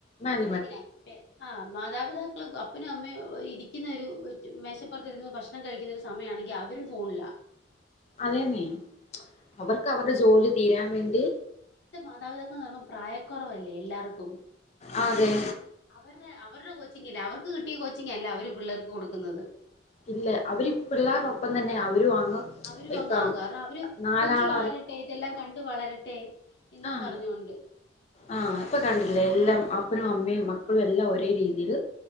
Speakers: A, on the left; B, on the left.
A: മാം
B: അതെങ്ങനെ പെ ആഹ് മാതാപിതാക്കൾ അപ്പനും അമ്മയും ഇരിക്കുന്ന ഒരു മേശപ്പുറത്തിരുന്നു ഭഷ് കഴിക്കുന്നരു സമയ ആണെങ്കിൽ അവരും ഫോണില്ലാ
A: അതെന്നെ അവർക്ക് അവരുടെ ജോലി തീരാൻ വേണ്ടി
B: മാതാപിതാക്കളെന്ന് പറയ്പൾ പ്രായക്കുറവല്ലേ എല്ലാവർക്കും
A: അതെ അതെ
B: അവരുടെ അവരുടെ കോച്ചിങ്ങില്ല അവർക്ക് കിട്ടിയ കോച്ചിങ്ങല്ല അവര് പിള്ളേർക്ക് കൊടുക്കുന്നത്
A: ഇല്ല അവര് പിളളാരുടെ
B: ഉം
A: ഒപ്പം തന്നെ അവരും അങ്ങ്
B: അവരും അങ്ങ്ക
A: ഇപ്പം
B: കാരണം അവര്
A: നാലാള
B: കൊച്ചു വളരട്ടെ ഇതെല്ലാം കണ്ട് വളരട്ടെ എന്നും
A: ആഹ
B: പറഞ്ഞോണ്ട്
A: ആഹ ഇപ്പൊ കണ്ടില്ലേ എല്ലാം അപ്പനും അമ്മയും മക്കളും എല്ലാം ഒരേ രീതിയിൽ